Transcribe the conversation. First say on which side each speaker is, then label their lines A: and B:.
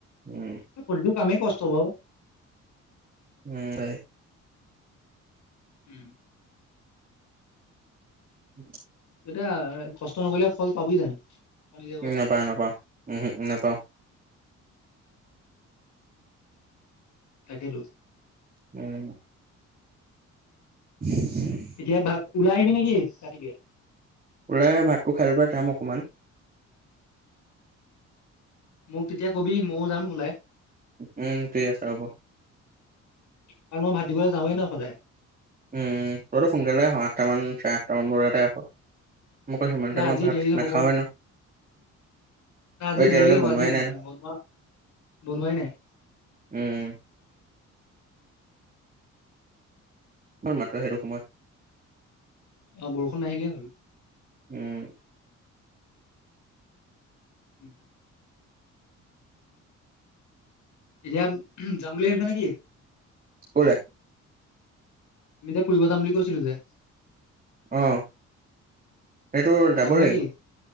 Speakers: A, on the right; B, on the left.
A: উম,
B: প্ৰতিটো কামেই কষ্ট বাৰু।
A: উম।
B: উম।
A: <inaudible>
B: এতিয়া কষ্ট নকৰিলে ফল পাবি জানো। তই নিজে ক
A: উম নাপাওঁ নাপাওঁ উমম উম নাপাওঁ।
B: তাকেই টো।
A: উম। <unintelligible>
B: এতিয়া ভাত ওলাই আহিবি নেকি ৰাতি কেই।
A: ওলাই আহিম ভাতটো খাই পৰাঈ যাম অকণমান।
B: মোক তেতিয়া কবি মইয়ো যাম ওলাই।
A: উম ঠিক আছে হ'ব।
B: কাৰণ মই ভাতিবলৈ যাওঁৱেই ন সদায়।
A: উম তইতো সোনকালে আহ আঠটামান চাৰে আঠটামান মানতে আহ। মোক সিমান
B: নাই
A: টাইমত
B: আজি
A: ভাত
B: দেৰি হ'ব
A: নাখাওঁ ন।
B: না আজি
A: অ, এতিয়ালৈকে
B: দেৰি হ'ব
A: বনোৱাই
B: আজি বনোৱা
A: নাই ন
B: বনোৱাই নাই।
A: ওম। মাত্ৰ সেইটো সময়ত।
B: অ বৰষুণ নাহিলেই হ'ল।
A: উম।
B: উম। এতিয়া যাম বুলি ভাবিছা নেকি?
A: ক'লে।
B: আমি যে ফুৰিব যাম বুলি কৈছিলো যে।
A: অ' সেইটো যাবই
B: যাম নেকি
A: লাগিব।